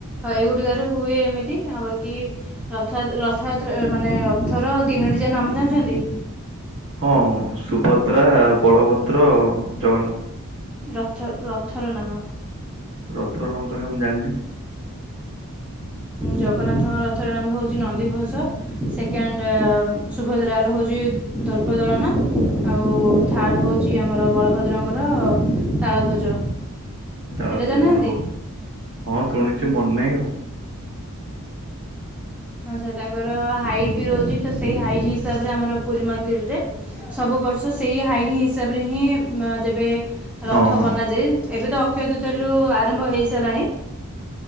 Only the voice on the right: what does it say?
ହଁ ସୁଭଦ୍ରା ବଳଭଦ୍ର ଜଗନ୍ନାଥ।
ରଥର ନାମ ତ କାଇଁ ମୁଁ ଜାଣିନି।
ତାଳ
ତୁ
ଯ ହଁ ହଁ। ଶୁଣିଛୁ ମନେ ନାହିଁ।
ଆଉ ହଁ